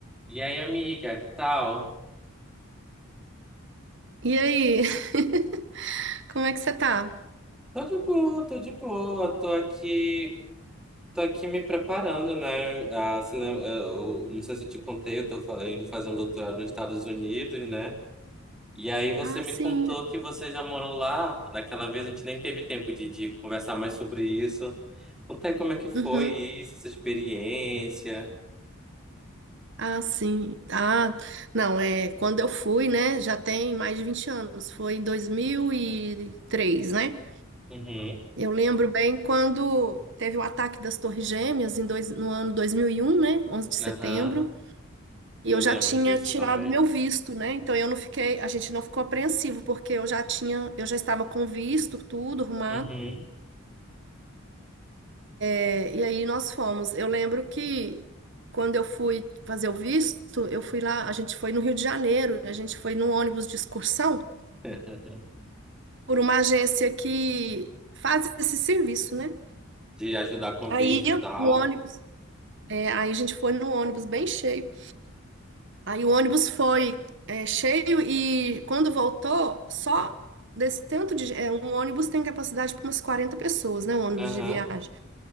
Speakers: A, in the centre; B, on the right.
A: E aí, amiga, que tal?
B: E aí? <laughs> Como é que você tá?
A: Tô de boa, tô de boa, tô aqui, tô aqui me preparando, né? Ah, se lem- eh, eu- não sei se eu te contei, eu tô fa- indo fazer um doutorado nos Estados Unidos, né? E aí você
B: Ah,
A: me
B: sim.
A: contou que você já morou lá. Daquela vez a gente nem teve tempo de, de conversar mais sobre isso. Conta aí como é que foi
B: Uhum.
A: isso, essa experiência.
B: Ah, sim. Ah, não, é quando eu fui, né? Já tem mais de 20 anos. Foi em 2003, né?
A: Uhum,
B: Eu lembro bem quando teve o ataque das Torres Gêmeas em dois, no ano 2001, né? Onze de setembro.
A: aham,
B: E
A: eu
B: eu
A: lembro
B: já tinha
A: disso
B: tirado
A: também.
B: meu visto, né? Então eu não fiquei, a gente não ficou apreensivo, porque eu já tinha, eu já estava com visto, tudo arrumado.
A: Uhum.
B: É, E aí nós fomos. Eu lembro que quando eu fui fazer o visto, eu fui lá, a gente foi no Rio de Janeiro, a gente foi num ônibus de excursão
A: <laughs>
B: por uma agência que faz esse serviço, né?
A: De ajudar com
B: Aí
A: visto
B: eu-
A: e tal.
B: o ônibus, é, aí a gente foi num ônibus bem cheio. Aí o ônibus foi é, cheio e quando voltou, só desse tanto de é, um ônibus tem capacidade para umas 40 pessoas, né? Um ônibus
A: Aham.
B: de viagem.